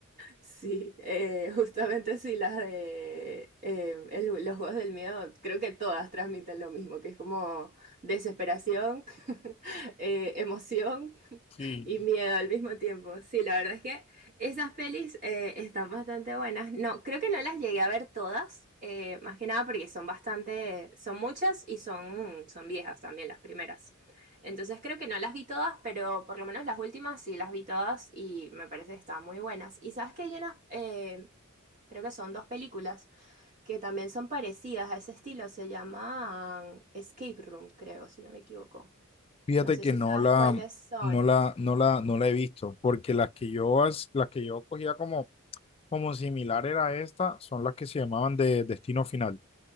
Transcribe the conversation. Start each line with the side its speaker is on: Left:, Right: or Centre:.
Right: sí, eh, justamente sí, las de eh, el- los juegos del miedo, creo que todas transmiten lo mismo, que es como desesperación, <laughs> eh, emoción
Left: Sí.
Right: y miedo al mismo tiempo. Sí, la verdad es que esas pelis eh, están bastante buenas. No, creo que no las llegué a ver todas, eh, más que nada porque son bastante, son muchas y son, son viejas también las primeras. Entonces creo que no las vi todas, pero por lo menos las últimas sí las vi todas y me parece que están muy buenas. Y sabes que hay unas, eh, creo que son dos películas que también son parecidas a ese estilo, se llaman Escape Room, creo, si no me equivoco.
Left: Fíjate
Right: No sé
Left: que
Right: si
Left: no
Right: sabes
Left: la,
Right: cuáles son.
Left: no la, no la, no la he visto, porque las que yo, as- las que yo cogía como como similar era esta, son las que se llamaban de Destino Final